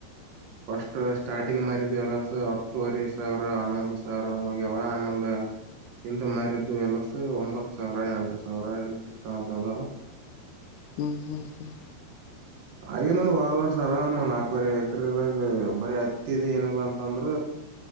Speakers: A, on the right (about 60°); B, on the left (about 85°).
A: ಫಸ್ಟ್ ಸ್ಟಾರ್ಟಿಂಗ್ ಮ. <unintelligible> ಹತ್ತೂುವರಿ ಸಾವಿರ ಹನ್ನೊಂದ ಸಾವಿರ ಹಾಂಗ ಹೋಗ್ಯವ ಆಮೇಲೆ ಹಿಂದ ಮಾರಿದ. ಇದು ಎಲ್ಲಸ ಒಂಬತ್ತ ಸಾವಿರ ಎಂಟ ಸಾವಿರ ಇ ಎಷ್ಟು ತನ ಬಂದವ.
B: ಹ್ಮ್ ಹ್ಮ್ ಹ್ಮ್.
A: ಆಗಿತ್ತ ನೋಡ ಹೋದ ವರ್ಷ ಆರಾಮ್ ನಾಲ್ಕವರೆ ಎಕರೆದಾಗ ಬರೀ ಹತ್ತಿ ಇದೆ ಏನಿಲ್ಲಾ ಅಂತಂದ್ರ.